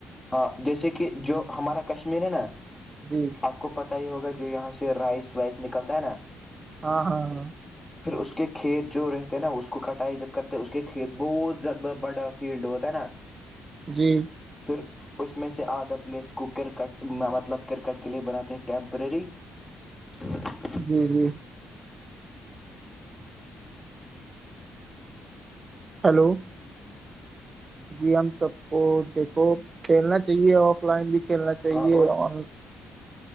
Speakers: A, on the left; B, on the right.
A: ہاں جیسے کہ جو ہمارا کشمیر ہے نا
B: جی
A: آپ کو پت ہی ہوگا جو یہاں سے رائس وائس نکلتا ہے نا
B: ہاں ہاں ہاں
A: پھر اس کے کھیت جو رہتے ہیں نا اس کو کٹائی جب کرتے اس کے کھیت بہت زیاد بڑا فیلڈ ہوتا ہے نا
B: جی
A: پھر اس میں سے آدھا پلیس کو کرکٹ مطلب کرکٹ کے لیے بناتے ہیں ٹیمپرری ا <unintelligible> <inaudible>
B: جی جی ہلو جی ہم سب کو دیکھو کھیلنا چاہیے آف لائن بھی کھیلنا چاہیے
A: ہاں اور
B: اورن